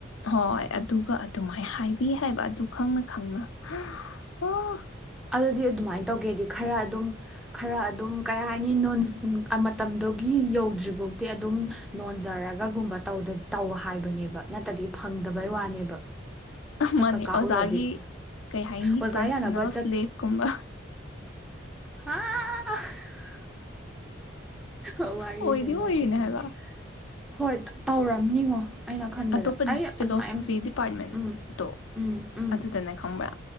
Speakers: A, on the left; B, in the centre.
A: ꯍꯣꯏ ꯑꯗꯨꯒ ꯑꯗꯨꯃꯥꯏꯅ ꯍꯥꯏꯕꯤ ꯍꯥꯏꯕ ꯑꯗꯨ ꯈꯪꯅ ꯈꯪꯅ ꯑ ꯑꯥ
B: ꯑꯗꯨꯗꯤ ꯑꯗꯨꯃꯥꯏꯅ ꯇꯧꯒꯦꯗꯤ ꯈꯔ ꯑꯗꯨꯝ ꯈꯔ ꯑꯗꯨꯝ ꯀꯩ ꯍꯥꯏꯅꯤꯅꯣꯟꯖ ꯃꯇꯝꯗꯨꯒꯤ ꯌꯧꯗ꯭ꯔꯤꯐꯥꯎꯇꯤ ꯑꯗꯨꯝ ꯅꯣꯟꯖꯔꯒꯒꯨꯝꯕ ꯇꯧ ꯍꯥꯏꯕꯅꯦꯕ ꯅꯠꯇꯗꯤ ꯐꯪꯗꯕꯩ ꯋꯥꯅꯦꯕ ꯁꯛꯀ
A: ꯃꯥꯅꯦ
B: ꯀꯥꯛꯎꯔꯗꯤ
A: ꯑꯣꯖꯥꯒꯤ ꯀꯩ ꯍꯥꯏꯅꯤ
B: ꯑꯣꯖꯥ
A: ꯄꯔꯁꯅꯦꯜ
B: ꯌꯥꯅꯕ
A: ꯗꯦꯕ ꯀꯨꯝꯕ
B: ꯑꯑꯥꯑꯥꯑꯥꯍꯥ ꯑ ꯋꯥꯔꯤꯁꯦ
A: ꯑꯣꯏꯗꯤ ꯑꯣꯏꯔꯤꯅꯦ
B: ꯅꯣꯛꯅꯤꯡꯉꯦ
A: ꯍꯥꯏꯕ
B: ꯍꯣꯏ ꯇꯧꯔꯝꯅꯤꯉꯣ ꯑꯩꯅ ꯈꯟꯕꯗ
A: ꯑꯇꯣꯞꯄ
B: ꯑꯩ
A: ꯐꯤꯂꯣꯁꯣꯐꯤ
B: ꯑꯗꯨꯃꯥꯏꯅ
A: ꯗꯤꯄꯥꯔꯠꯃꯦꯟꯇꯣ
B: ꯎꯝ ꯎꯝ ꯎꯝ
A: ꯑꯗꯨꯗꯅꯦ ꯈꯪꯕ꯭ꯔꯥ